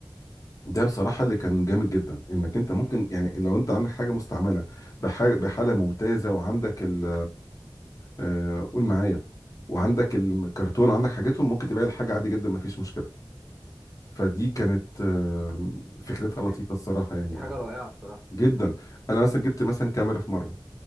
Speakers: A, on the left; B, in the centre.
A: ده بصراحه اللي كان جامد جدا انك انت ممكن يعني لو انت عندك حاجه مستعمله بحاجة بحاله ممتازه وعندك ال آه، قول معايا وعندك الكرتون وعندك حاجتهم ممكن تبيع الحاجه عادي جدا ما فيش مشكله فدي كانت آه، فكرتها
B: دي حاجة
A: لطيفه الصراحه يعني
B: دي حاجة
A: اه
B: رائعة بصراحة
A: جدا انا مثلا جبت مثلا كاميرا في مره